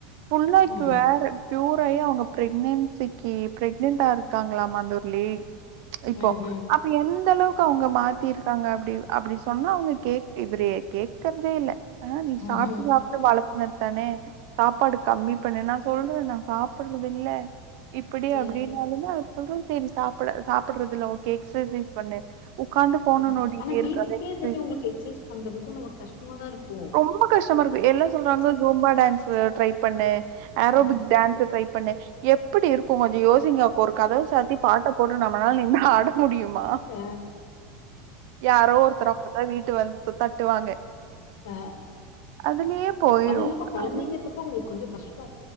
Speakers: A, on the right; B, on the left.
A: புள்ளைக்கு
B: ம்
A: வேற க்யூர் ஆயி அவுங்க பிரக்னன்சிக்கு பிரெக்னன்ட்டா இருக்காங்களாமா அந்த ஒரு லே இப்போ
B: ம் ம்
A: அப்ப எந்த அளவுக்கு அவுங்க மாத்திருக்காங்க அப்டி அப்டி சொன்னா அவுங் கேக் பிவரே கேக்றதே இல்ல ஆ நீ
B: ம்
A: சாப்ட்டு சாப்ட்டு வளத் உன்னத்தானே சாப்பாடு கம்மி பண்ணு நா சொல்றனா சாப்பறது இல்ல இப்டி
B: ம்
A: அப்டின்னாலுமே அவர் சொல்றது சரி சாப்ட சாப்டறதில்ல ஓகே எக்ஸசைஸ் பண்ணு உக்காந்து ஃபோன
B: ம்
A: நோண்டிட்டே
B: ஆனா வீட்லயே
A: இருக்காத எக்ஸசைஸ்
B: இருந்துட்டு உங்களுக்கு எக்சசைஸ் பண்றதுக்கு நமக்கு கஷ்டமாதா இருக்கு
A: ரொம்ப கஷ்டமா இருக்கு எல்லா சொல்றாங்க ஜூம்பா டான்ஸ் இவ்ளோ ட்ரை பண்ண ஏரோபிக்
B: அ,
A: டான்ஸ் ட்ரை பண்ண எப்டி இருக்கு கொஞ்சோ யோசிங்க ஒரு கதவ சாத்தி பாட்ட போட்டு நம்மளால நின்னு ஆட முடியுமா
B: ஆ
A: யாரோ ஒருத்தர் அப்பதா வீட்டு வந்து தட்டுவாங்க
B: அ
A: அதுலயே போயிரு
B: அது இல்லாம கொழந்தைங்க
A: அதனால
B: இருக்குறப்போ உங்களுக்கு கொஞ்சோ கஷ்ட